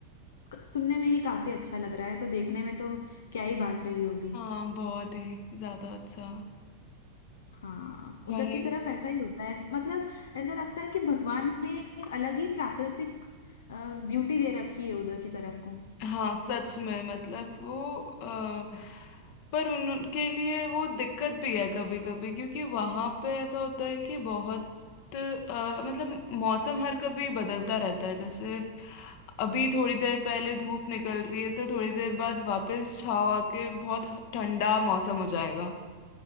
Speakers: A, on the left; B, on the left.
A: क- सुनने में ही काफी अच्छा लग रहा है तो देखने में तो क्या ही बात रही होगी
B: हाँ बहुत ही ज्यादा अच्छा
A: हाँ उधर
B: वही
A: की तरफ ऐसा ही होता है मतलब ऐसा लगता है कि भगवान ने एक अलग ही प्राकृतिक ब्यूटी दे रखी है उधर की तरफ को
B: हाँ सच में मतलब वो आ, पर उन- उनके लिए वो दिक्कत भी है कभी कभी क्योंकि वहां पे ऐसा होता है कि बहुत अ, मतलब मौसम हर कभी बदलता रहता है जैसे अभी थोड़ी देर पहले धूप निकल रही है तो थोड़ी देर बाद वापस छाव आके बहुत ठंडा मौसम हो जाएगा